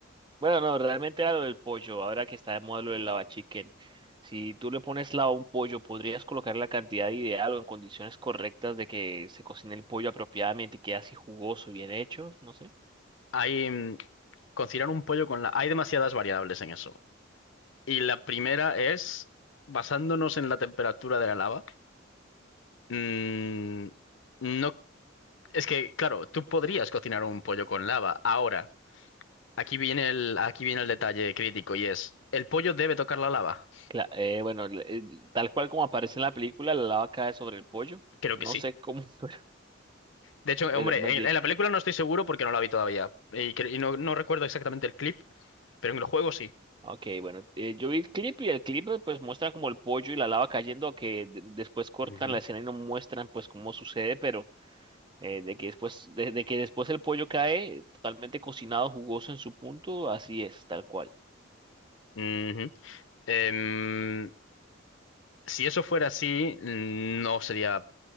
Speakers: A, on the right; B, on the left.
A: Bueno, no, realmente era lo del pollo. Ahora que está de moda lo del lava chicken. Si tú le pones lava a un pollo, podrías colocar la cantidad ideal o en condiciones correctas de que se cocine el pollo apropiadamente y quede así jugoso, bien hecho. No sé.
B: Hay, mm, cocinar un pollo con la... Hay demasiadas variables en eso. Y la primera es, basándonos en la temperatura de la lava, mm, no... Es que, claro, tú podrías cocinar un pollo con lava ahora. Aquí viene el, aquí viene el detalle crítico y es, ¿el pollo debe tocar la lava?
A: Cla- eh, bueno, le- eh, tal cual como aparece en la película, la lava cae sobre el pollo.
B: Creo
A: No
B: que sí.
A: sé cómo, <laughs>
B: De hecho, eh,
A: pero
B: hombre,
A: me di-
B: en, en la película no estoy seguro porque no la vi todavía y, cre- y no, no recuerdo exactamente el clip, pero en el juego sí.
A: ok, bueno, eh, yo vi el clip y el clip eh, pues muestra como el pollo y la lava cayendo, que de- después cortan
B: Ujú.
A: la escena y no muestran pues cómo sucede, pero eh, de que después, de, de que después el pollo cae eh, totalmente cocinado, jugoso en su punto, así es, tal cual.
B: Ujú. Em, si eso fuera así, mm, no sería